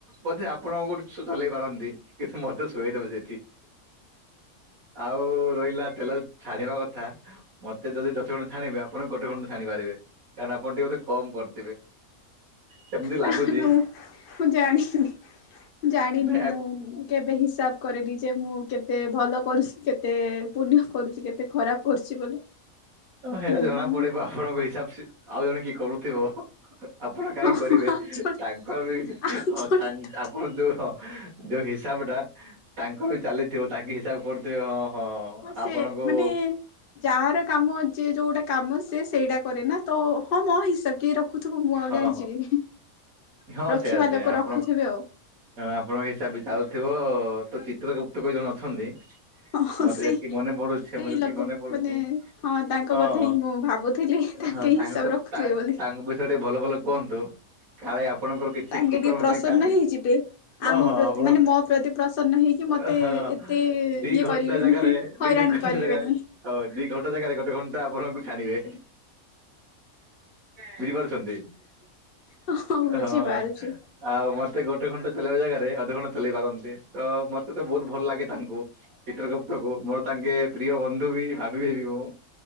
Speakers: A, on the right; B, on the left.
A: ବୋଧେ ଆପଣଙ୍କ ଠୁ ଚଲେଇ ପାରନ୍ତି କିଛି ମ ମୋତେ ଶୁୋଇଦେବେ ସେଠି। ଆଉ ରହିଲା ତେଲ ଛାଣିବା କଥା ମତେ ଯଦି ଦଶ ଖଣ୍ଡେ ଛାଣିବେ ଆପଣ ଗୋଟେ ଖଣ୍ଡ ଛାଣି ପାରିବେ କାରଣ ଆପଣ ଟିକେ ବୋଧେ କମ କରିଥିବେ। ସେମିତି
B: ନା
A: ଲାଗୁଛି
B: ନା ମୁଁ ମୁଁ ଜାଣିନି ଜାଣିନି
A: ନା
B: ମୁଁ କେବେ ହିସାବ କରିନି ଯେ ମୁଁ କେତେ ଭଲ କରୁଛି କେତେ ପୁଣ୍ୟ କରୁଚି କେତେ ଖରାପ କରିଚି ବୋଲି
A: ହେରା
B: ହୁଁ
A: ଜଣା ପଡିବ ଆପଣଙ୍କ ହିସାବ ସେ ଆଉ ଜଣେ କିଏ କରୁଥିବ। ଆପଣ କାହିଁ
B: ହଁ
A: କରିବେ
B: ଆଉ ଜଣେ
A: ତାଙ୍କର ବି
B: ଆଉ
A: ହଁ
B: ଜଣେ
A: ତାଙ୍କ
B: ତ
A: ଆପଣ ଯୋଉ ହଁ। ଯୋଉ ହିସାବ ଟା ତାଙ୍କ ବି ଚାଲିଥିବ ତାଙ୍କ ହିସାବ କରୁଥିବେ ହଁ। ହଁ
B: ସେ
A: ଆପଣଙ୍କୁ
B: ମାନେ ଯାହାର କାମ ଯେ ଯୋଉଟା କାମ ସେ ସେଇଟା କରେ ନା ତ ହଁ ମୋ ହିସାବ କି ରଖ ଦେଖୁଥିବ ମୁଁ ଆଉ
A: ହଁ
B: ଜାଣିଛି
A: ହଁ।
B: କି
A: ହଁ
B: ରଖିବା
A: ସେଆ ସେଆ
B: ଲୋକ
A: ଆପଣ
B: ରଖୁଥିବେ ଆଉ
A: ଆପଣଙ୍କ ହିସାବରେ ଚାଲୁଥିବ ତ ଚିତ୍ର ଗୁପ୍ତ ପରି ଜଣେ ଅଛନ୍ତି
B: ହଁ
A: ମତେ
B: ସେଇ
A: ଯେତିକି ମନେ ପଡୁଛି
B: ସେଇ
A: ମୁଁ ଯେତିକି
B: ଲୋକ
A: ମନେ ପଡୁଚି
B: ମାନେ ହଁ ତାଙ୍କ
A: ହଁ।
B: କଥା ହିଁ ମୁଁ ଭାବୁଥିଲି ତାଙ୍କେ
A: ହଁ ତାଙ୍କ
B: ହିସାବ ରଖୁଥିବେ
A: ତାଙ୍କ
B: ବୋଲି।
A: ତାଙ୍କ ବିଷୟରେ ଟିକେ ଭଲ ଭଲ କୁହନ୍ତୁ କାଳେ ଆପ ଆପଣଙ୍କର କିଛି
B: ତାଙ୍କେ
A: କୁକୁରମ
B: ଟିକେ ପ୍ରସନ୍ନ
A: ପାଇଁ କା
B: ହେଇଯିବେ। ଆମ
A: ହଁ ହଁ
B: ପ୍ରତି
A: ଆପଣଙ୍କ
B: ମାନେ ମୋ ପ୍ରତି ପ୍ରସନ୍ନ ହେଇକି ମତେ
A: ହ ହ
B: ଏତେ
A: ଦି
B: ଇଏ
A: ଘଣ୍ଟା
B: କରିବେନି।
A: ଜାଗାରେ
B: ହଇରାଣ
A: ଦି ଦ ଘଣ୍ଟା
B: କରିବେନି
A: ଜାଗାରେ ହଉ ଦି ଘଣ୍ଟା ଜାଗାରେ ଗୋଟେ ଘଣ୍ଟା ଆପଣଙ୍କୁ ଛାଣିବେ ବୁଝିପାରୁ ଚନ୍ତି
B: ହଁ ବୁଝିପାରୁଛି
A: ହଁ ଆଉ ମତେ ମତେ ଗୋଟେ ଘଣ୍ଟା ଚଲେଇବା ଜାଗାରେ ଅଧଘଣ୍ଟେ ଚଲେଇ ପାରନ୍ତି ତ ମତେ ତ ବହୁତ ଭଲ ଲାଗେ ତାଙ୍କୁ ଚିତ୍ର ଗୁପ୍ତ ତ ଙ୍କୁ ମୋର ତାଙ୍କେ ପ୍ରିୟ ବନ୍ଧୁ ବି ଭାବିବି ମୁଁ